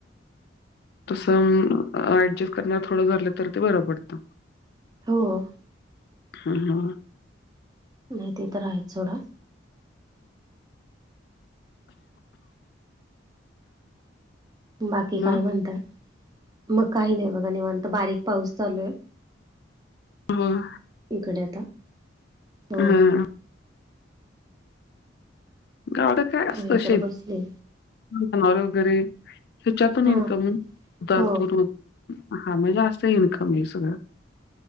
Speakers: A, on the left; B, on the right.
A: तसं ऍजैैस्ट करणार थोडं झालं, तर् ते बरं पडतं.
B: होंव.
A: हां- हां-
B: नाही ते तर् आहेत सथोडां. बाकी
A: मग
B: काय? म्हणतात. मग काही नाही, बघा नाही म्हणत बारीक पाऊस. चालूयं.
A: हम्मं.
B: इकडे येता आता. हो
A: हंअ -हंअ. गाडं काय? असतं
B: नाही तर
A: शेतं
B: बसले.
A: जनावर वगैरे. हीच्यातून
B: हा
A: इंन्नका माग
B: हो
A: तू हां म्हणजे असत. इन्कम हे सगळं